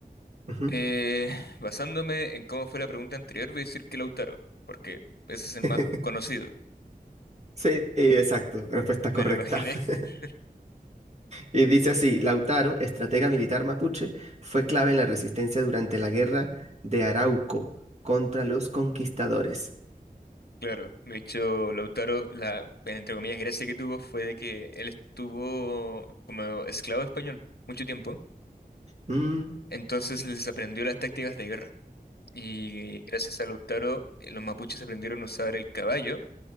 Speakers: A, on the right (about 45°); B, on the left (about 85°).
A: ujú.
B: Eh, basándome en cómo fue la pregunta anterior, voy a decir que Lautaro, porque ese es
A: <laughs>
B: el más conocido,
A: Sí, exacto, respuesta
B: me
A: correcta.
B: lo imaginé.
A: <laughs>
B: <laughs>
A: Y dice así, Lautaro, estratega militar mapuche, fue clave en la resistencia durante la guerra de Arauco contra los conquistadores.
B: Claro, de hecho, Lautaro, la, entre comillas, gracia que tuvo fue de que él estuvo como esclavo español mucho tiempo.
A: Mm,
B: Entonces les aprendió las tácticas de guerra. Y gracias a Lautaro, eh, los mapuches aprendieron a usar el caballo